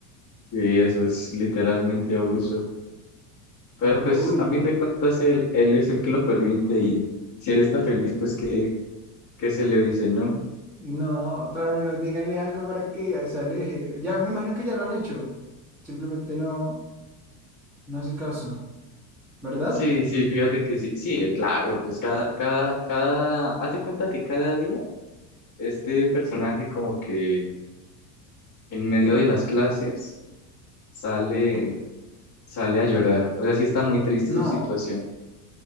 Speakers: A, on the left; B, in the centre.
A: Y eso es literalmente abuso. Pero
B: Hor-
A: pues
B: Uy,
A: a
B: no.
A: fin de cuentas él, él es el que lo permite y si él está feliz, pues qué, qué se le dice, ¿no?
B: No, pero no, díganle algo para que se aleje. Ya, me imagino que ya lo han hecho. Simplemente no, no hace caso, ¿verdad?
A: Sí, sí, fíjate que sí, sí, claro, pues cada, cada, cada, haz de cuenta que cada día este personaje como que en medio de las clases sale sale a llorar. O sea, sí está muy triste
B: No,
A: su situación.